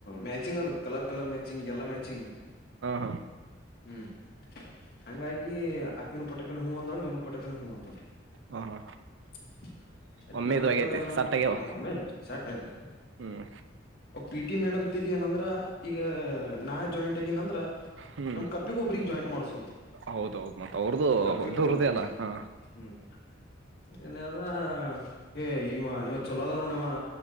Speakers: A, on the left; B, on the right.
A: ಮ್ಯಾಚಿಂಗ್ ಅದ ಕಲರ್ ಕಲರ್ ಮ್ಯಾಚಿಂಗ್ ಎಲ್ಲಾ ಮ್ಯಾಚಿಂಗ್.
B: ಹಾ ಹಾ
A: ಹ್ಮ್ ಹಂಗಾಗಿ ಆಕಿನ ಪುಟ್ಟಕನ ಹೂ ಅಂದಳು ಇನು ಇವನು ಹು ಅಂದನು
B: ಹ ಹಾ
A: <inaudible> ಆಯ್ತ್
B: ಒಮ್ಮೆ
A: ನಡ್ದ
B: ಇದು ಆಗೈತಿ
A: ಎಲ್ಲಾನ
B: ಸಟ್ಟಾಗ್ಯಾವ
A: ನಮ್ಮೊಮ್ಮಿ ಚಟ್ ಆಗದು
B: ಹ್ಮ್
A: ಪಿ ಟಿ ಮೇಡಮ್ ತಿಲಏನಂದ್ರ ಈಗ ನಾ ಜಾಯಿಂಟ್ ಆಗೆನ ನಂದ್ರ
B: ಹ್ಮ್
A: ನಮ್ ಕಪ್ಪಿಗ ಒಬ್ರಗ್ ಜಾಯಿಂಟ್ ಮಾಡಸದು
B: ಹೌದೌದು ಮತ್ತ ಅವ್ರದು
A: ಕಪ್ಪಗಿನು
B: ಇದರ್ದೇ
A: ಹ್ಮ್
B: ಅಲ್ಲ ಹ
A: ಹ್ಮ್ ಇನ್ನ ಅದ ಏ ಇವ ಇವ ಚೊಲೋ ಅದನ ನೋಡ್ ಇವಾ